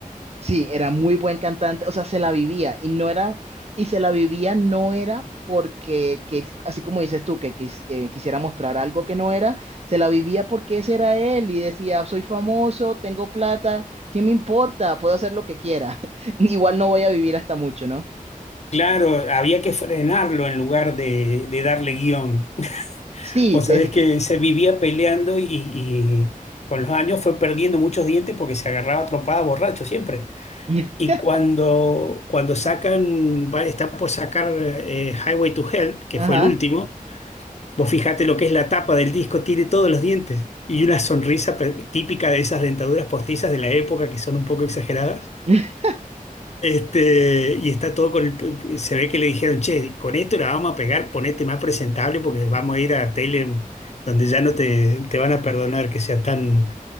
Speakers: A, on the right; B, on the left.
A: Sí, era muy buen cantante, o sea, se la vivía y no era, y se la vivía no era porque, que, así como dices tú, que quis- eh, quisiera mostrar algo que no era, se la vivía porque ese era él y decía, soy famoso, tengo plata, ¿qué me importa? Puedo hacer lo que quiera. <laughs> Igual no voy a vivir hasta mucho, ¿no?
B: Claro, había que frenarlo en lugar de, de darle guión. <laughs>
A: Sí,
B: Vos
A: desi-
B: sabés que se vivía peleando y, y con los años fue perdiendo muchos dientes porque se agarraba a trompadas borracho siempre.
A: <laughs>
B: Y cuando, cuando sacan, va- está por sacar eh, Highway to Hell, que
A: ajá,
B: fue el último, vos fijate lo que es la tapa del disco, tiene todos los dientes y una sonrisa per- típica de esas dentaduras postizas de la época que son un poco exageradas.
A: <laughs>
B: Este, y está todo con el- se ve que le dijeron, che, con esto la vamos a pegar, ponete más presentable porque vamos a ir a tele donde ya no te, te van a perdonar que sea tan,